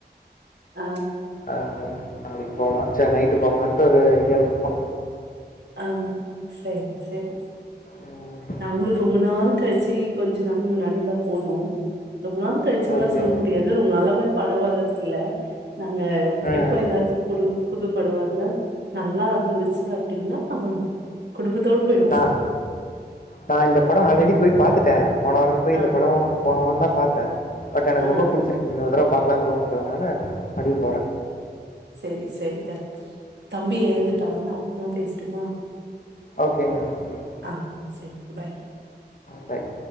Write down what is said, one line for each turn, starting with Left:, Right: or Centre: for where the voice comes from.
Right: ஆ
Left: ஆ நாளைக்கு போலா ச்சே நைட்டு போகலான்ட்டு ஒரு ஐடியால இருக்கோ
Right: ஆ செரி செரி
Left: ம்.
Right: நாங்களு ரொம்ப நாள் கழிச்சு கொஞ்ச நாள் முன்னாடிதா போனோ ரொம்ப நாள் கழச்சின்ல்லா
Left: ஓகே.
Right: சொல்ல முடியாது ரொம்பனாலாவே படோ வர்றது இல்ல நாங்க
Left: ம்.
Right: எப்ப ஏதாச்சு போடு புது படோ வந்தா நல்லா இருந்துச்சு அப்டின்னா அவ குடும்பத்தோட போயிடுவோ
Left: நா நா இந்த படோ ஆல்ரெடி போயி பாத்துட்டே போன வாரோ போயி
Right: ஆ
Left: இந்த படோ போன வாரோந்தா பாத்தே பட் எனக்கு
Right: ஆ
Left: ரொம்ப புடிச்சிருக்கு இன்னொரு தடவ பாக்கலான்னு தோணுறதுனால மறுபடியு போறே
Right: செரி செரிடா தம்பி
Left: ம்.
Right: எழுந்துட்டா நா அப்றமா பேசட்டுமா
Left: ஓகேங்க ஓகேங்க
Right: ஆ செரி பாய்
Left: பாய்